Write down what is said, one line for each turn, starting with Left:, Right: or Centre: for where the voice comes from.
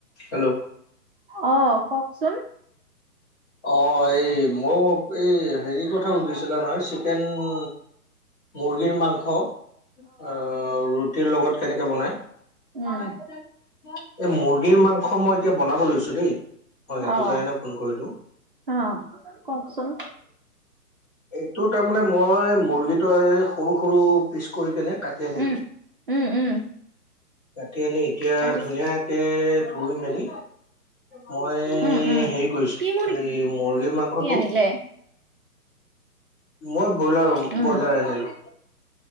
Left: Hello.
Right: অঁ' কওকচোন।
Left: অঁ' এই মোক এই হেৰি কথা সুধিছিলা নহয়, চিকেন- মুৰ্গীৰ মাংস অ ৰুটিৰ লগত কেনেকে বনায়?
Right: উম,
Left: <unintelligible> এই মুৰ্গীৰ মাংস মই এতিয়া বনাব লৈছো দেই, মই সেইটো
Right: অ',
Left: কাৰণে ফোন কৰিলো।
Right: অ', কওকচোন?
Left: এইটো তাৰমানানে মই মুৰ্গীটো আৰু সৰু সৰু পিচ কৰি কেনে কাটি আনিলো।
Right: উম, উম উম।
Left: কাটি আনি এতিয়া
Right: তাৰপিছ,
Left: ধুনীয়াকে ধুই মেলি, মই
Right: উম, উম,
Left: হেৰি কৰিছো
Right: কি মুৰ্গী
Left: এই মুৰ্গীৰ মাংসটো।
Right: আনিলে?
Left: মই ব্ৰইলাৰ
Right: উম,
Left: ব্ৰইলাৰ আনিলো।